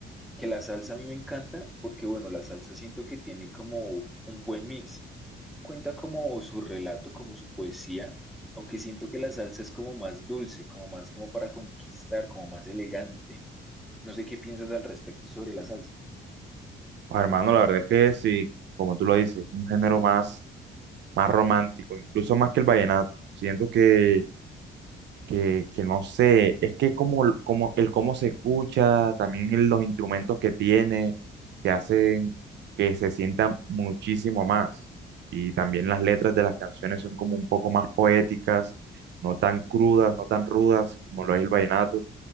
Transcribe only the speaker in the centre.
que la salsa a mí me encanta porque, bueno, la salsa siento que tiene como un buen mix. Cuenta como su relato, como su poesía, aunque siento que la salsa es como más dulce, como más como para conquistar, como más elegante. No sé qué piensas al respecto y sobre la salsa.